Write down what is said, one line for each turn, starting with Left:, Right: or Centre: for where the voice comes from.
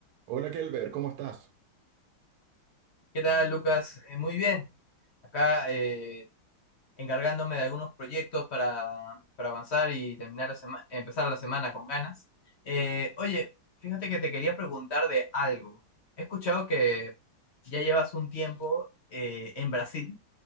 Right: Hola Kelber, ¿cómo estás?
Left: ¿Qué tal, Lucas? Eh, muy bien. Acá eh, encargándome de algunos proyectos para, para avanzar y terminar la sema- empezar la semana con ganas. Eh, oye, fíjate que te quería preguntar de algo. He escuchado que ya llevas un tiempo eh, en Brasil